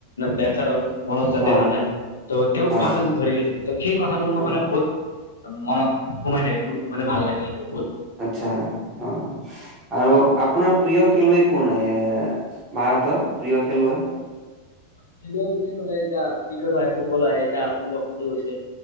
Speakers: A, on the left; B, on the right.
A: ডানচাৰ মনত যাতে
B: হয়
A: নাযায়
B: হয়
A: ত' তেওঁ
B: হয়
A: ফাষ্টতে ধৰি ৰাখিছিল ত সেই কথাটো মোৰ
B: হয়
A: মানে বহুত মনত সোমাই থাকে মোৰ মানে ভাল লাগে এইটো
B: আচ্ছা অ' আৰু আপোনাৰ প্ৰিয় খেলুৱৈ কোন এ ভাৰতৰ প্ৰিয় খেলুৱৈ
A: খেলুৱৈ বুলি ক'লে এতিয়া ক্ৰিকেট হয় ফুটবল আহে এতিয়া আপুনি বা কোনটো কৈছে